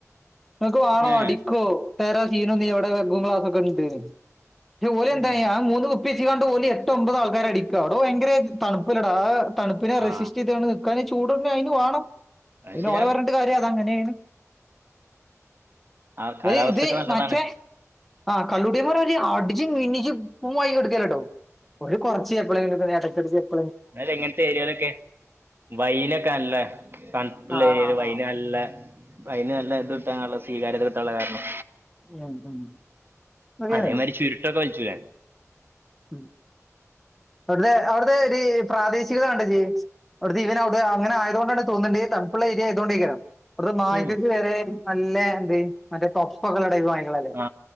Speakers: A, in the centre; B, on the right (about 40°).
A: ഇങ്ങക്ക് വേണോ
B: ഏ
A: അടിക്കോ തേരാ സീനൊന്നെ എവിടെ വെഗും ക്ലാസൊക്കെ ഇണ്ടേനു ഓലെന്താണയ്യാ
B: ഏ
A: ആ മൂന്ന് കുപ്പിചി കാണ്ട് ഓല് എട്ടോ, ഒമ്പതോ. ആൾക്കാരെ അടിക്കാ അടോ ഭയങ്കര തണുപ്പല്ലടാആ ആ തണുപ്പിനെ റെസിസ്റ്റ്യെത്
B: ആ
A: <unintelligible> നിർക്കാന് ചൂട്ന്നെ അയിന് വാണം.
B: അത്
A: പിന്നെ
B: ശരിയാ
A: ഓല <unintelligible> കാര്യഅതാണ് <unintelligible>
B: ആ കാലാവസ്ഥൊക്കെ
A: ഒരു ഇത്
B: നല്ലതാണ്
A: മാറ്റേ ആ കള്ളുടിയമാരര് അടിച്ച് മിന്നിച്ച് കുമ്മായി എടുക്കലട്ടോ ഒരു കൊറച്ച് എപ്പളെങ്ങിലൊക്കെ <unintelligible>
B: എന്നല് എങ്ങനത്തെ ഏരിയാലൊക്കെ വൈനൊക്കെ അല്ലെ തണ്പുള്ള
A: ആ
B: ഏരിയില്
A: ആ
B: വൈൻ
A: ആ
B: നല്ല വൈന് നല്ല ഇത് ഇട്ടാനുള്ള സ്വീകാര്യത കിട്ടാനുള്ള കാരണം.
A: ഉം, ഉം. അതൊക്കെയാണ്
B: അതേമാതിരി ചുരുട്ടൊക്കെ വ ഇല്ലേ
A: ഉം. അവിത്തെ അവിടത്തെ പ്രാദേശിക <unintelligible> <unintelligible> അങ്ങെനെ ആയതൊണ്ടണ് തോന്നണ്ടത് തണുപ്പുള്ള ഏരിയ <unintelligible> ഇവിടത്തെ നായക്ക്‌
B: ഉം
A: വരെ നല്ല എന്ത് മറ്റേ <unintelligible> ളല്ലേ.
B: ആ